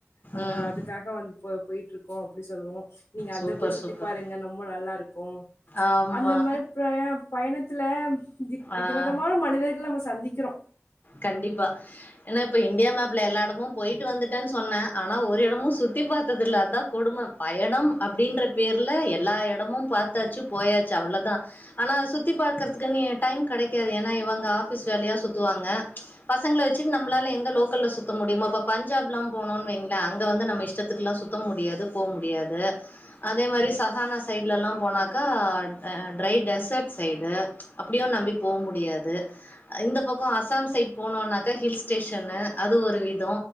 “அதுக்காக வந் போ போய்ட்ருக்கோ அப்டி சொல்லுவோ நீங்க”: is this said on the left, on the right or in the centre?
Left